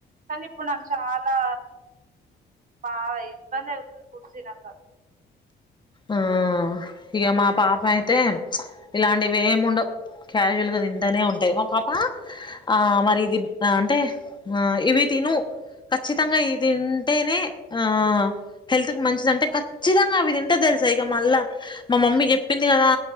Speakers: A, on the right (about 40°); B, on the left (about 25°).
A: కానీ ఇప్పుడు నాకు చాలా బాగా ఇబ్బంది అవుతుంది ఫ్రూట్స్ తినక
B: ఆ ఇక మా పాప అయితే ఇలాంటివి ఏముండవు క్యాజువల్ గా తింటనే ఉంటాయి మా పాప ఆ మరి ఇది అంటే ఆ ఇవి తిను ఖచ్చితంగా ఇవి తింటేనే ఆ హెల్త్ కి మంచిది అంటే ఖచ్చితంగా అవి తి ఇ తెలుసా ఇక మళ్ళా మా మమ్మీ చెప్పింది కదా